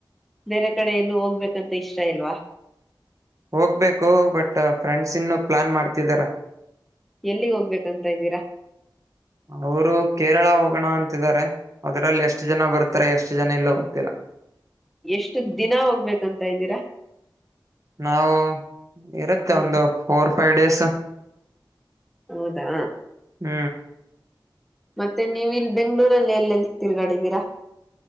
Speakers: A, in the centre; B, on the right (about 40°).
A: ಬೇರೆ ಕಡೆ ಎಲ್ಲೂ ಹೋಗ್ಬೇಕಂತ ಇಷ್ಟ ಇಲ್ವಾ
B: ಹೋಗ್ಬೇಕು ಬಟ್ ಫ್ರೆಂಡ್ಸ್ ಇನ್ನು ಪ್ಲಾನ್ ಮಾಡ್ತಿದಾರ
A: ಎಲ್ಲಿಗ್ ಹೋಗ್ಬೇಕಂತ ಇದ್ದೀರಾ
B: ಅವರು ಕೇರಳ ಹೋಗೋಣ ಅಂತಿದ್ದಾರೆ ಅದ್ರಲ್ಲಿ ಎಷ್ಟು ಜನ ಬರ್ತಾರೆ ಎಷ್ಟು ಜನ ಇಲ್ಲೋ ಗೊತ್ತಿಲ್ಲ
A: ಎಷ್ಟು ದಿನ ಹೋಗ್ಬೇಕಂತ ಇದ್ದೀರಾ
B: ನಾವು ಇರುತ್ತೆ
A: ಹ್ಮ್
B: ಒಂದು ಫೋರ್ ಫೈವ್ ಡೇಸ್
A: ಹೌದಾ
B: ಹ್ಮ್
A: ಮತ್ತೆ ನೀವು ಇಲ್ಲಿ ಬೆಂಗ್ಗಳೂರಲ್ಲಿ ಎಲ್ಲೆಲ್ಲಿ ತಿರ್ಗಾಡಿದ್ದೀರಾ